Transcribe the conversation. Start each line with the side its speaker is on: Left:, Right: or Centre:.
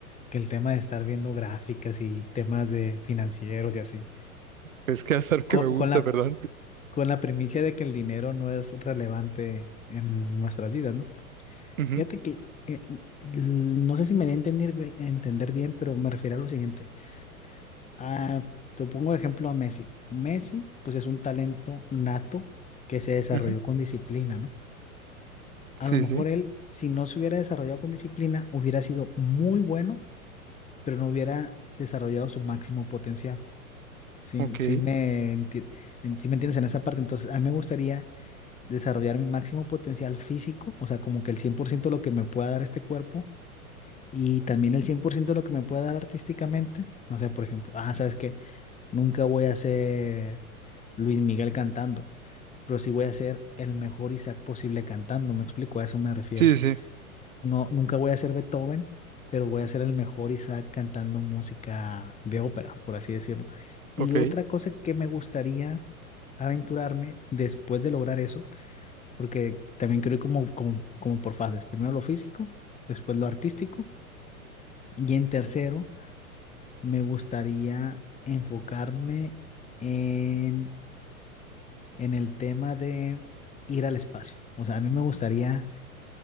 Left: que el tema de estar viendo gráficas y temas de financieros y así,
Right: Es que <laughs> es algo
Left: con,
Right: que me gusta,
Left: con la,
Right: ¿verdad?
Left: con la primicia de que el dinero no es relevante en nuestras vidas, ¿no?
Right: Ujú,
Left: Fíjate que, eh, l- no sé si me di a entender, bi- entender bien, pero me refiero a lo siguiente. Ah, te pongo de ejemplo a Messi. Messi, pues es un talento nato que se desarrolló
Right: ujú,
Left: con disciplina, ¿no? A
Right: Sí,
Left: lo mejor
Right: sí,
Left: él, si no se hubiera desarrollado con disciplina, hubiera sido muy bueno, pero no hubiera desarrollado su máximo potencial. Sí,
Right: ok,
Left: sí me enti- en- sí me entiendes en esa parte. Entonces, a mí me gustaría desarrollar mi máximo potencial físico, o sea, como que el 100% lo que me pueda dar este cuerpo y también el 100% lo que me pueda dar artísticamente. No sé, por ejemplo, ah, ¿sabes qué? Nunca voy a ser Luis Miguel cantando, pero sí voy a ser el mejor Isaac posible cantando, me explico, a eso me refiero.
Right: sí, sí, sí.
Left: No, nunca voy a ser Beethoven, pero voy a ser el mejor Isaac cantando música de ópera, por así decirlo. Y
Right: ok,
Left: otra cosa que me gustaría aventurarme después de lograr eso, porque también creo como, como, como por fases. Primero lo físico, después lo artístico. Y en tercero, me gustaría enfocarme en, en el tema de ir al espacio. O sea, a mí me gustaría